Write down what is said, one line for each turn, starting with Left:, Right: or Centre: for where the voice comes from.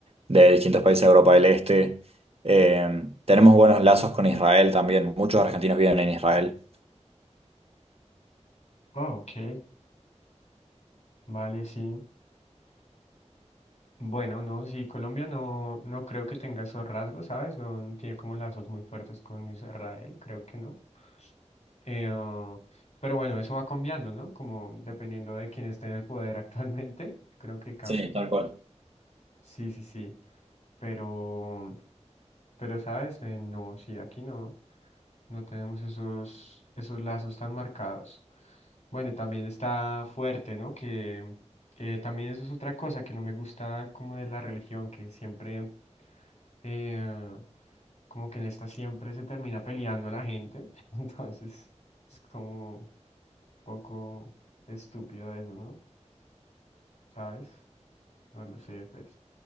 Right: de distintos países de Europa del Este. Eh, tenemos buenos lazos con Israel también. Muchos argentinos viven en Israel.
Left: Ah, ok. Vale, sí. Bueno, no, sí, Colombia no, no creo que tenga esos rasgos, ¿sabes? No, no tiene como lazos muy fuertes con Israel, creo que no. Eh, ah, pero bueno, eso va cambiando, ¿no? Como dependiendo de quién esté en el poder <laughs> actualmente, creo que cambia.
Right: Sí, tal cual.
Left: Sí, sí, sí. Pero, pero, ¿sabes? Eh, no, sí, aquí no. No tenemos esos, esos lazos tan marcados. Bueno, y también está fuerte, ¿no? Que eh, también eso es otra cosa que no me gusta como de la religión, que siempre, eh, como que en esta siempre se termina peleando la gente. <laughs> Entonces, es como un poco estúpido eso, ¿no? ¿Sabes? No lo sé, pues.